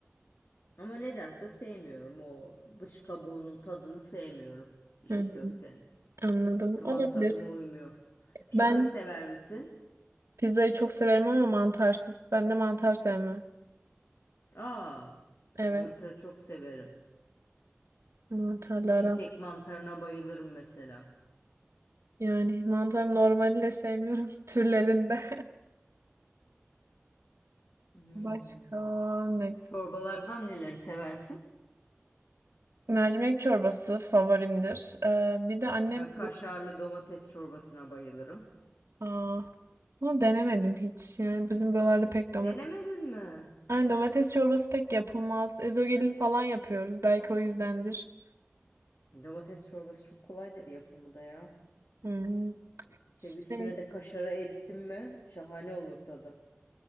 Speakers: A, on the left; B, on the right.
A: Ama nedense sevmiyorum o dış kabuğunun tadını sevmiyorum. İçli
B: Hı.
A: köftenin.
B: Anladım.
A: Damak
B: Olabilir.
A: tadıma uymuyor. Pizza
B: Ben
A: sever misin?
B: pizzayı çok severim ama mantarsız. Ben de mantar sevmem.
A: Aa,
B: Evet.
A: mantarı çok severim.
B: Mantarlı
A: Şitek
B: aram.
A: mantarına bayılırım mesela.
B: Yani mantar normali de sevmiyorum <laughs> türlerinde.
A: Hmm.
B: <laughs> Başka ne?
A: Çorbalardan neleri seversin?
B: Mercimek çorbası favorimdir. Ee, bir de annem
A: Ben kaşarlı domates çorbasına bayılırım.
B: Aa, bunu denemedim hiç. Yani bizim buralarda pek domates.
A: Denemedin mi?
B: Yani domates çorbası pek yapılmaz. Ezogelin falan yapıyoruz. Belki o yüzdendir.
A: Domates çorbası çok kolaydır yapımı da ya.
B: Hmm.
A: İşte
B: Şey,
A: üstüne de kaşarı erittim mi şahane olur tadı.